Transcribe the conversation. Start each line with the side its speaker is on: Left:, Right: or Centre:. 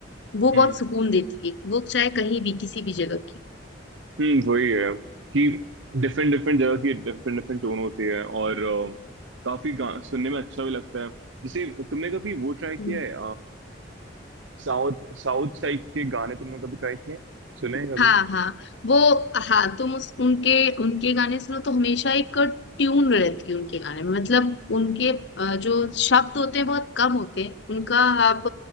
Left: वो बहुत
Right: हम्म
Left: सुकून देती है वो चाहे कहीं भी किसी भी जगह
Right: हम्म वही है कि डिफरेंट डिफरेंट जगह की डिफरेंट डिफरेंट टोन होती है और अ, काफी गा- सुनने में अच्छा भी लगता है जैसे तुमने कभी वो ट्राई किया
Left: की
Right: है साउथ साउथ साइड के गाने तुमने कभी ट्राई किए सुने हैं कभी
Left: हाँ हाँ वो हाँ तुम उस उनके उनके गाने सुनो तो हमेशा एक ट्यून रहती है उनके गाने में मतलब उनके अ, जो शब्द होते हैं बहुत कम होते हैं उनका आप